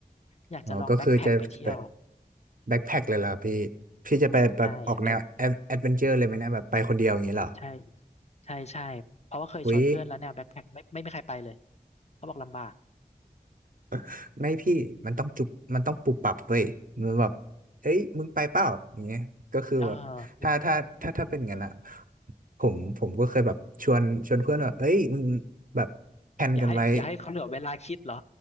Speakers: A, on the left (about 45°); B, on the right (about 60°).
A: อยากจะลองแบ็คแพ็คไปเที่ยว
B: อ๋อก็คือจะจะไปแบ็คแพ็คเลยเหรอพี่พี่จะไปแบบออกแนวแอดเวนเจอร์เลยไหมเนะแบบไปคนเดียวอย่างนี้เหรอ
A: ใช่อยากได้ไปใช่ใช่ใช่เพราะว่าเคยชวนเพื่อนแล้วแนวแบ็คแพ็คไม่ไม่มีใครไปเลย
B: อุ้ย
A: เขาบอกลำบาก
B: <laughs> ไม่พี่มันต้องจุบมันต้องปรับปรับเว้ยมันแบบเอ้ยมึงไปเปล่าอย่างเงี้ยก็คือแบบถ้าถ้าถ้าถ้าเป็นงั้นอะ
A: เออ
B: ผมผมก็เคยแบบชวนชวนเพื่อนว่าเอ้ยมึงแบบแพลนกันไว้
A: อย่าให้อย่าให้เขาเหลือเวลาคิดเหรอ